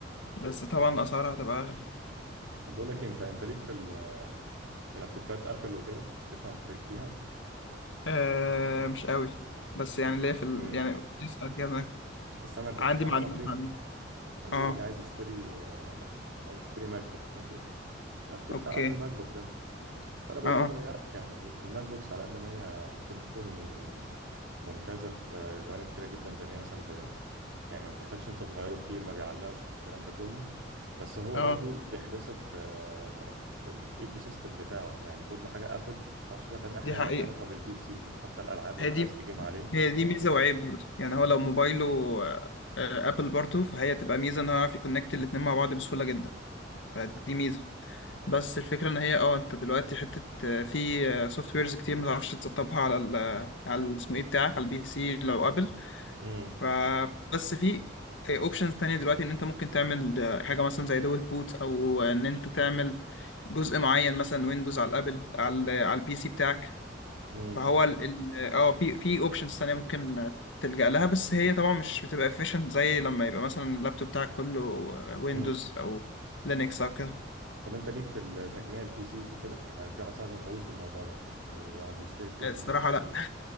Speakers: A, on the left; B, on the right.
A: بس طبعا أسعارها هتبقى أغلى
B: طب بقول لك إيه، انت انت ليك في ال... في لابتوبات ابل وكده تفهم في... فيها
A: آه مش قوي بس يعني ليه في ال...
B: امم
A: يعني اسأل كده
B: بس انا كنت
A: عندي
B: في واحد
A: معلومات
B: صاحبي
A: عنها
B: كان
A: اه
B: بيقول لي عايز يشتري آه، كان عايز يشتري ماك بوك ماشي اللابتوب
A: اوكي
B: بتاع ابل ماك بوك ده فانا بقول
A: اه
B: له يا ابني لا يعني الماك بوكس على قد ما هي ممكن تكون ممتازه في جوانب كتيره جدا زي ان هي مثلا ب... يعني ما بتحتاجش انت تغيره كتير ما بيعلقش والكلام ده كله بس هو
A: اه
B: برضو
A: آه.
B: بيحبسك في في الايكو سيستم بتاعه يعني كل حاجه ابل ما تعرفش بقى تعمل اي حاجه
A: دي حقيقة
B: ليها علاقه بالبي سي حتى الالعاب لو
A: هي
B: انت
A: دي
B: عايز تجيم عليه
A: هي
B: مش
A: دي
B: هتعرف
A: ميزة وعيب برضه يعني هو لو موبايله آه، آه، ابل برضه فهي تبقى ميزة ان هو يعرف يكونكت الاتنين مع بعض بسهولة جدا فدي ميزة بس الفكرة ان هي اه انت دلوقتي حتة آه، في سوفت ويرز كتير ما تعرفش تسطبها على ال آه، على ال- اسمه ايه بتاعك على البي سي لو ابل
B: امم
A: فبس في اوبشنز تانية دلوقتي ان انت ممكن تعمل ده- حاجة مثلا زي دول بوت او ان انت تعمل جزء معين مثلا ويندوز على الابل على ال- على البي سي بتاعك
B: امم
A: فهو ال ال- اه في في اوبشنز تانية ممكن تلجأ لها بس هي طبعا مش بتبقى efficient زي لما يبقى مثلا اللابتوب بتاعك كله ويندوز
B: امم.
A: او لينكس او كده
B: طب انت ليك في التجميع البي سيز وكده انا في واحد صاحبي مهووس بالموضوع ده يعني يقعد يشتري كل
A: الصراحة
B: حته
A: لا
B: من